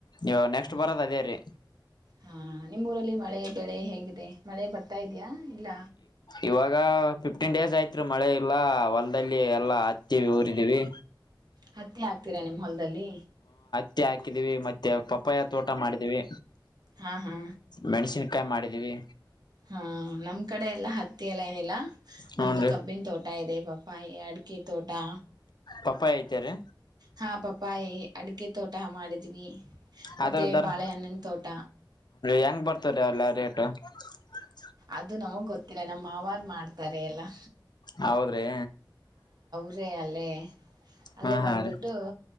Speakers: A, on the left; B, on the right.
A: ನೀವು ನೆಕ್ಸ್ಟ್
B: ಅದೇ
A: ಬರದ ಅದೇೀ
B: ಹಾ ನಿಮ್ಮ್ೂಊರಲ್ಲಿ ಮಳೆ ಬೆಳೆ ಹೇಗಿದೆ. ಮಳೆ ಬರ್ತಾ ಇದೆಯಾ ಇಲ್ಲ
A: ಇವಾಗ ಫಿಫ್ಟೀನ್ ಡೇಸ್ ಆಯ್ತ್ೀ ಮಳೆ ಇಲ್ಲ ಹೊಲದಲ್ಲಿ ಎಲ್ಲಾ ಹತ್ತೀವಿ ಊರಿದೀವಿ
B: ಹತ್ತ ತೀರಾ ನಿಮ್ಮ ಹೊಲ್ದಲ್ಲಿ
A: ಟ್ಟಿ ಹಾಕಿದೀವಿ ಪಪ್ಪಾಯ ತೋಟ ಮಾಡಿದೀವಿ
B: ಹಾ ಹಾ
A: ಮೆಣಸನ್ ಕಾಯ ಮಾಡಿದ್ದೀವಿ
B: ಹಾ ನಮ ಕಡೆ ಎಲ್ಲಾ ಹತ್ತಿ ಎಲ್ಲ ಏನಿಲ್ಲ ನಮ್ದು
A: ಹೂನ್ರಿ
B: ಕಬ್ಬಿನ ತೋಟ ಇದೆ ಪಾಪ ಪಯಡ್ ಕೆ ತೋಟಾ
A: ಪಪ್ಪಾಯ ಐತೆರಿ
B: ಹಾ ಪಪಾಯಿ ಅಡಿಕೆ ತೋಟ ಮಾಡಿದ್ವಿ ಮತ್ತೆ
A: ಆದ್ರ ದರನ್
B: ಬಾಳೆಹಣ್ಣಿನ ತೋಟ
A: ಹೆಂಗ್ ಬರ್ತಾರ ಅವಲ್ಲ ರೇಟ್ ಹ್ಮ್ಮ್. <unintelligible>
B: ಅದು ನಮಗ್ ಗೊತ್ತಿಲ್ಲ ನಮ್ಮ ಮಾವರ್ ಮಾಡ್ತಾರೆ ಎಲ್ಲ್ಮ.
A: ಹೌದ್ರಿ.
B: ಪ್ರೆಯಲ್ಲೇ ಅಲ್ಲೇ
A: ಹಾ
B: ಬಂದ್ಬಿಟ್ಟು
A: ಹಾ ರೀ